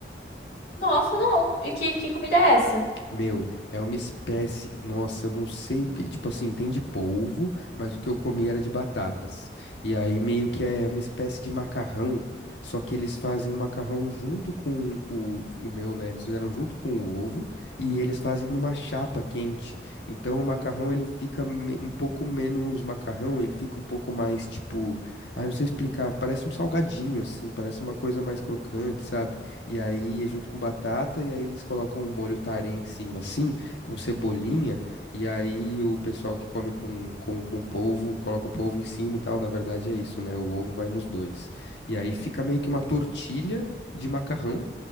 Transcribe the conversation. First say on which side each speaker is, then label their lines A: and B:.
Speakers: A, on the left; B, on the left.
A: Nossa, não. E que, que comida é essa?
B: Meu, é uma espécie. Nossa, eu não sei o que. Tipo assim, tem de polvo, mas o que eu comi era de batatas. E aí meio que é uma espécie de macarrão. Só que eles fazem o macarrão junto com o, o meu, né? Eles fizeram junto com o ovo e eles fazem numa chapa quente. Então o macarrão ele fica me- um pouco menos macarrão, ele fica um pouco mais tipo. Ai, não sei explicar. Parece um salgadinho, assim. Parece uma coisa mais crocante, sabe? E aí, junto com batata, e aí eles colocam um molho tarê em cima, assim, com cebolinha. E aí o pessoal que come com, com, com polvo, coloca o polvo em cima e tal. Na verdade é isso, né? O ovo vai nos dois. E aí fica meio que uma tortilha de macarrão.